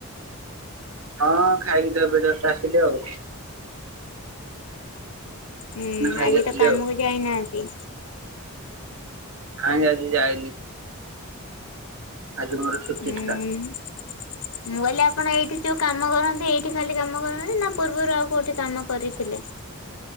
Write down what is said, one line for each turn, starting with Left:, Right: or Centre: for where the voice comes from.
Right: ହଁ, ଖାଇକି ତ ଏବେ ଜଷ୍ଟ ଆସିଲି ଆଉ।
Left: ହୁଁ,
Right: ଖାଇକି
Left: ଆଜି
Right: ଆସିଲି
Left: ତ କାମକୁ
Right: ଆଉ।
Left: ଯାଇନାହାଁନ୍ତି?
Right: ନାଇଁ ଆଜି ଯାଇନି। ଆଜି ମୋର
Left: ହୁଁ।
Right: ଛୁଟି ଥିଲା।
Left: ମୁଁ କହିଲି ଆପଣ ଏଇଠି ଯୋଉ କାମ କରନ୍ତି, ଏଇଠି ଖାଲି କାମ କରନ୍ତି ନା, ପୂର୍ବରୁ ଆଉ କୋଉଠି କାମ କରିଥିଲେ?